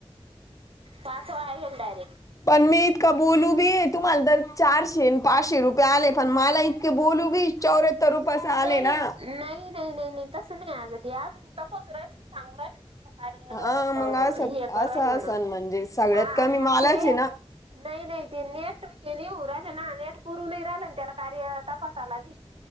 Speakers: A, on the right (about 60°); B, on the left (about 30°).
A: पाच वाया गेले डायरेक्ट.
B: पण मी इतकं बोलू बी तुम्हाला तर चारशे पाचशे रुपये आले पण मला इतके बोलू बी. चौऱ्याहत्तर रुपयच
A: अरे
B: आले
A: अरे
B: ना.
A: नाही नाही नाही नाही तसं नाही आलं ते आजुन इथ तपासून राहिले. सांगून राहिले ना ते.
B: हा मग असं
A: काय हे करून
B: असं
A: राहिले
B: असं म्हणजे सगळ्यात कमी
A: मग
B: मालाच
A: ते हा
B: आहे ना
A: ते. नाही नाही ते नेट हे नाही राहिलं ना नेट पुरू नाही राहिलं ना त्याला कार्य तपासायला बी.